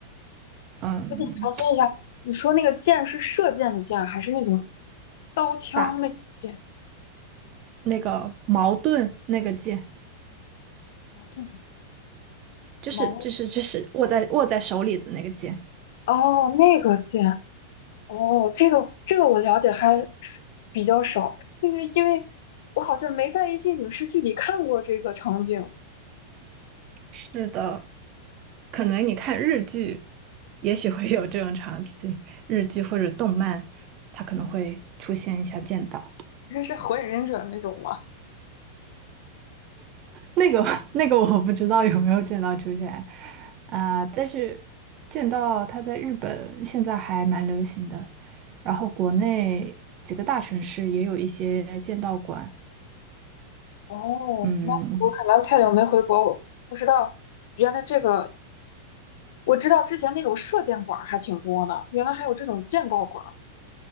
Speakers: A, on the right; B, on the left.
A: 嗯，
B: 我想查询一下，你说那个剑是射箭的箭，还是那种刀枪那种剑？
A: 打那个矛盾那个剑，
B: 矛盾
A: 就是就是就是握在握在手里的那个剑。
B: 矛哦，那个剑。哦，这个这个我了解还是比较少，因为因为我好像没在一些影视剧里看过这个场景。
A: 是的，可能你看日剧，也许会有这种场景，日剧或者动漫，它可能会出现一下剑道。
B: 应该是火影忍者那种吗？
A: 那个 <laughs> 那个我不知道有没有剑道出现啊，但是剑道它在日本现在还蛮流行的，然后国内几个大城市也有一些剑道馆，
B: 哦，
A: 嗯，
B: 那我可能太久没回国，我不知道原来这个，我知道之前那种射箭馆儿还挺多的，原来还有这种剑道馆儿。